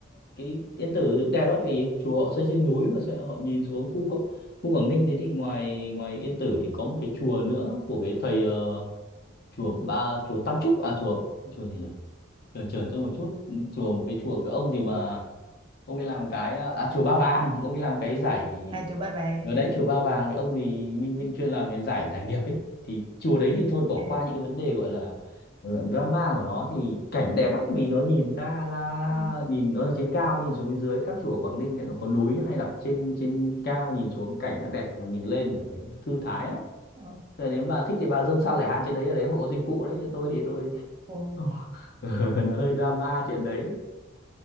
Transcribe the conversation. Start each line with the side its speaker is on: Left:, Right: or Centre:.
Left: cái yên tử thì cũng đẹp lắm vì chùa họ xây trên núi mà sao họ nhìn xuống khu Quảng- khu Quảng Ninh thế thì ngoài ngoài Yên Tử thì có một cái chùa nữa của cái thầy ờ, chùa ba chùa Tam Trúc à chùa chùa gì nhỉ chờ chờ tôi một chút chùa một cái chùa cái ông gì mà ông ấy làm cái à chùa Ba Vàng ông ấy làm cái giải
Right: À chùa Ba Vàng.
Left: ở đấy chùa Ba Vàng cái ông thì Minh Minh
Right: Ừ.
Left: chuyên làm cái giải giải nghiệp ấy thì chùa đấy thì thôi bỏ
Right: À.
Left: qua những cái vấn đề gọi là ờ, drama của nó thì cảnh đẹp lắm vì nó nhìn ra ra
Right: Ừ.
Left: nhìn nó ở trên cao nhìn xuống phía dưới các chùa ở Quảng Ninh lại nó có núi hay đặt trên trên cao nhìn xuống cảnh nó đẹp mà mình lên mình cảm thấy thư thái lắm
Right: Ờ.
Left: Thế nếu bà thích thì bà dâng sao giải hạn trên đấy ở đấy họ có dịch vụ đấy chứ tôi thì tôi
Right: Ồ.
Left: <laughs> nó hơi drama chuyện đấy